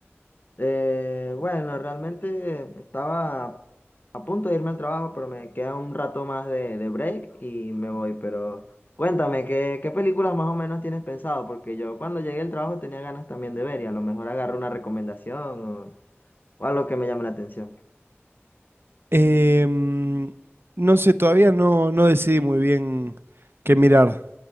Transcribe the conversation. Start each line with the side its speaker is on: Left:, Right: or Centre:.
Left: Eh, bueno, realmente estaba a punto de irme al trabajo, pero me queda un rato más de, de break y me voy. Pero cuéntame, ¿qué, qué películas más o menos tienes pensado? Porque yo cuando llegué al trabajo tenía ganas también de ver y a lo mejor agarro una recomendación o, o algo que me llame la atención.
Right: Em, no sé, todavía no, no decidí muy bien qué mirar.